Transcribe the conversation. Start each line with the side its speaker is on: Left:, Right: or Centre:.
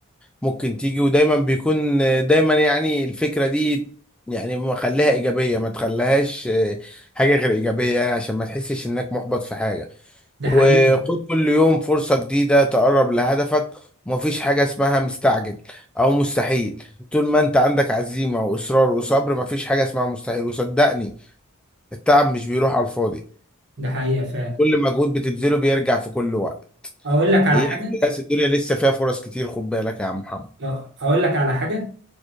Centre: ممكن تيجي ودايما بيكون دايما يعني الفكرة دي يعني مخليها ايجابية ما تخليهاش آه، حاجة غير ايجابية يعني عشان ما تحسش انك محبط في حاجة
Right: ده
Centre: وخد
Right: حقيقة
Centre: كل يوم فرصة جديدة تقرب لهدفك ومفيش حاجة اسمها مستعجل أو مستحيل طول ما أنت عندك عزيمة وإصرار وصبر مفيش حاجة اسمها مستحيل وصدقني التعب مش بيروح على الفاضي
Right: ده حقيقة فعلا
Centre: كل مجهود بتبذله بيرجع في كل وقت
Right: اقول لك على
Centre: إياك
Right: حاجة
Centre: تيأس الدنيا لسه فيها فرص كتير خد بالك يا عم محمد
Right: آه، اقول لك على حاجة